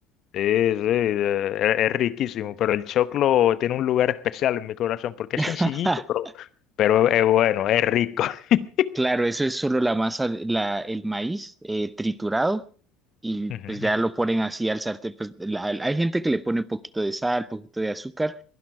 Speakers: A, on the left; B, on the right.
A: sí, eh, es, es riquísimo, pero el choclo tiene un lugar especial en mi corazón porque
B: <laughs>
A: es sencillito, pero, pero es bueno, es rico. <laughs>
B: Claro, eso es solo la masa, de- la, el maíz eh, triturado y
A: Ujú,
B: pues ya
A: ujú.
B: lo ponen así al sartén. Pues la- hay gente que le pone un poquito de sal, poquito de azúcar,